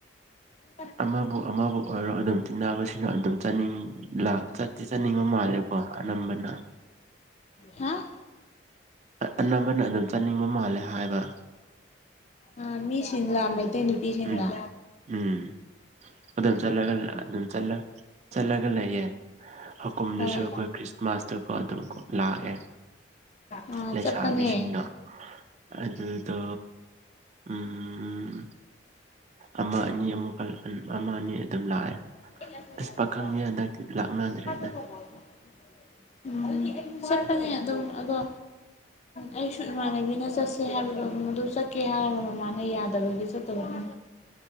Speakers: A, on the left (about 35°); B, on the right (about 35°).
A: ꯑ
B: ꯑꯃꯕꯨ ꯑꯃꯕꯨ ꯑꯣꯏꯔꯣ ꯑꯗꯨꯝ ꯇꯤꯟꯟꯅꯕꯁꯤꯅ ꯑꯗꯨꯝ ꯆꯥꯅꯤꯡ ꯆꯠ ꯤ ꯆꯠꯅꯤꯡꯕ ꯃꯥꯜꯂꯦꯀꯣ ꯑꯅꯝꯕꯅ
A: ꯍꯥ
B: ꯑꯅꯝꯕꯅ ꯑꯗꯨꯝ ꯆꯥꯅꯤꯡꯕ ꯃꯥꯜꯂꯦ ꯍꯥꯏꯕ
A: ꯑ ꯃꯤ ꯁꯤꯤꯡꯂ ꯃꯩꯇꯣꯏꯅꯤꯄꯤꯤ ꯁꯤꯂ
B: ꯎꯝ ꯎꯝ ꯑꯗꯨꯝ ꯆꯠꯂꯒ ꯑꯗꯨꯝ ꯆꯠꯂꯒ ꯂꯩꯌꯦꯦ ꯍꯀꯨꯝꯗꯨꯁꯨ
A: ꯍꯣꯏ
B: ꯑꯩꯈꯣꯏ ꯈ꯭ꯔꯤꯁꯃꯥꯁꯇꯀꯣ ꯑꯗꯨꯝ ꯂꯥꯛꯑꯦ
A: ꯑꯥ
B: ꯂꯩꯁꯥꯕꯤꯁꯤꯡꯅ
A: ꯆꯠꯄꯅꯦ
B: ꯑꯗꯨꯗ ꯎꯝ ꯑꯃ ꯑꯅꯤ ꯑꯃꯨꯛꯀ ꯑꯃ ꯑꯅꯤ ꯑꯗꯨꯝ ꯂꯥꯛꯑꯦ
A: ꯣ
B: ꯑꯁ ꯄꯥꯈꯪꯅꯤ ꯍꯟꯗꯛꯇꯤ ꯂꯥꯛꯅꯗ꯭ꯔꯦꯗ
A: ꯎꯝ ꯆꯄꯅꯦ ꯑꯗꯨꯝ ꯑꯗꯣ ꯑꯩꯁꯨ ꯏꯃꯥꯟꯅꯕꯤꯅ ꯆꯠꯁꯦ ꯍꯥꯏꯕꯗꯣ ꯃꯗꯨ ꯆꯠꯀꯦ ꯍꯥꯏꯔꯒ ꯃꯃꯥꯅ ꯌꯥꯗꯕꯒꯤ ꯆ ꯇꯅ